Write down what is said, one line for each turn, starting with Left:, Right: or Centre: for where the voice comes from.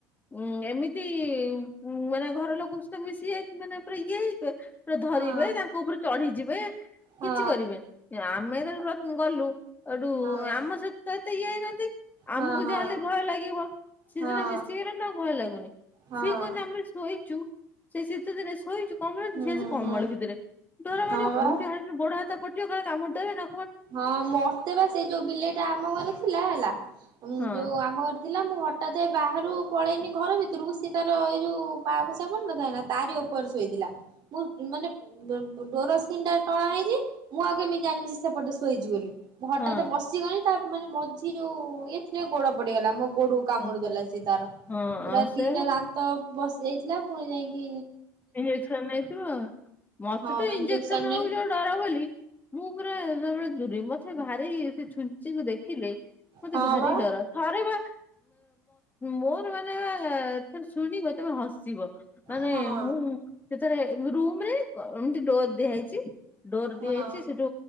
Left: ଉଁ ଏମିତି ଉ ମାନେ ଘର ଲୋକ ସମସ୍ତେ ମିଶି ଯାଇ ମାନେ ପୁରା ଇଏ ହେଇ ପୁରା ଧରିବେ
Right: ହଁ
Left: ତାଙ୍କ ଉପରେ ଚଢିଯିବେ
Right: ହଁ।
Left: କିଛି କରିବେନି। ଆମେ ଯେତେବେଳ ଗଲୁ ହେଟୁ
Right: ହଁ।
Left: ଆମ ସହିତ ତ ଏତେ ଇଏ ହେଇନାହାନ୍ତି। ଆମକୁ
Right: ହଁ ହଁ
Left: ଯାହା ହେଲେ ଭୟ ଲାଗିବ ସେ
Right: ହଁ
Left: ସିନା ମିଶି ଗଲେଣି ତାଙ୍କୁ ଭୟ ଲାଗୁନି।
Right: ହଁ
Left: ସିଏ କହନ୍ତି ଆମେ ଶୋଇଚୁ ସେଇ ଶୀତ ଦିନରେ ଶୋଇଛୁ କମଳ
Right: ହୁଁ
Left: ଝିଅ ଆସି କମଲ
Right: ହୁଁ
Left: ଭିତରେ ଡର
Right: ହଁ
Left: ମାଡିବ
Right: ବା
Left: କୋଉଠି ଗୋଡ଼ ହାତ କଟିବ କହିବେ କାମୁଡି ଦେବେନା
Right: ହଁ ମୋତେ ବା ସେ ଯୋଉଁ ବିଲେଇ ଟା ଆମ ଘରେ ଥିଲା ହେଲା
Left: ହଁ
Right: ଯୋଉଁ ଆମ ଘରେ ଥିଲା ମୁଁ ହଠାତ୍ ବାହାରୁ ପଳେଇନି ଘର ଭିତରକୁ ସିଏ ତାର ଏଇ ଯେଉଁ ପା ପୋଛା ପଡ଼ିନଥାଏ ନା ତାରି ଉପରେ ଶୋଇଥିଲା। ମୁଁ ମାନେ ଡୋରସ୍କିନ୍ ଟଣା ହେଇଛି ମୁଁ ଆଉ କେମିତି ଜାଣିବି ସେପଟେ ଶୋଇଛି ବୋଲି ମୁଁ ହଠାତ
Left: ହଁ
Right: ପଶିଗଲି ତା ମାନେ ମଝି ଯୋଉଁ ଇଏ ସିଏ ଗୋଡ ପଡିଗଲା ମୋ ଗୋଡ କାମୁଡିଦେଲା
Left: ହଁ
Right: ସେ ତାର
Left: ହଁ
Right: ପୁରା
Left: ଆଉ
Right: ଦିଟା
Left: ସେ
Right: ଦାନ୍ତ ବସି ଯାଇଥିଲା ପୁଣି ଯାଇକି
Left: ଇଞ୍ଜେକ୍ସନ ନେଇଥିବ ମତେ
Right: ହଁ
Left: ତ ଇଞ୍ଜେକ୍ସନ ନବାକୁ
Right: ନେନି
Left: ଯୋଉଁ ଡର ବୋଲି ମୁଁ ପୁରା ସବୁବେଳେ ଦୂରେ ମତେ ଭାରି ସେ ଛୁଞ୍ଚିଙ୍କୁ ଦେଖିଲେ ମତେ
Right: ହଁ
Left: ଭାରି
Right: ବା
Left: ଡର। ଥରେ ବା ମୋର ମାନେ ବା ଥର ଶୁଣିବ ତମେ ହସିବ। ମାନେ
Right: ହଁ
Left: ସେଥରେ ରୁମ ରେ ଏମିତି ଡୋର ଦିଆଯାଇଛି ଡୋର
Right: ହଁ
Left: ଦିଆଯାଇଛି ସେଠୁ